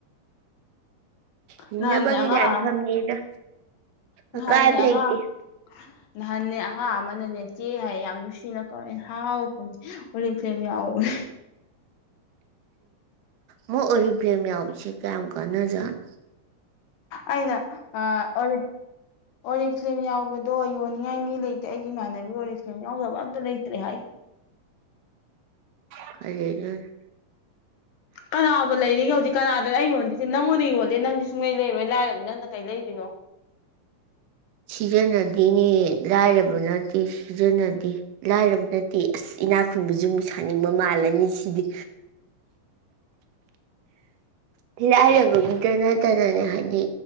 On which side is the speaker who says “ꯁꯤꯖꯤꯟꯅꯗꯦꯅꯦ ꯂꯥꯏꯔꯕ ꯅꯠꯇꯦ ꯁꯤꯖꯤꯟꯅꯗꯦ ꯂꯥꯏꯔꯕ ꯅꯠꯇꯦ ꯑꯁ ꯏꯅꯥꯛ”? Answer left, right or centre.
Right